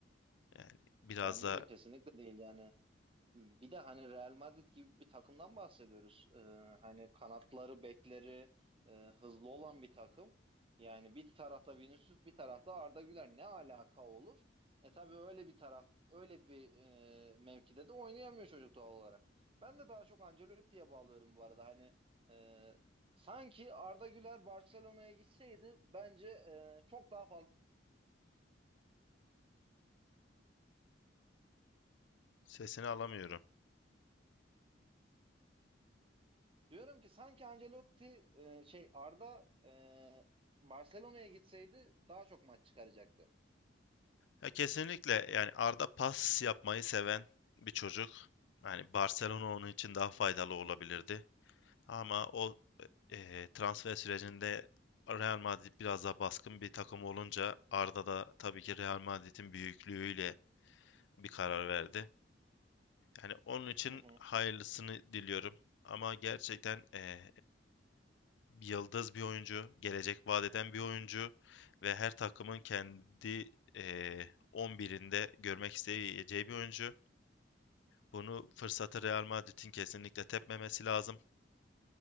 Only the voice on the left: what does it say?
Yani biraz
da
sesini alamıyorum.
Ya kesinlikle yani Arda pas yapmayı seven bir çocuk. Yani Barcelona onun için
daha faydalı olabilirdi. Ama o eee, transfer sürecinde Real Madrid biraz daha baskın bir takım olunca Arda da tabii ki Real Madrid'in büyüklüğüyle bir karar verdi. Yani onun için
hayırlısını diliyorum. Ama gerçekten e, yıldız bir oyuncu, gelecek vaat eden bir oyuncu ve her takımın kendi eee 11'inde görmek isteyeceği bir oyuncu. Bunu fırsatı Real Madrid'in kesinlikle tepmemesi lazım.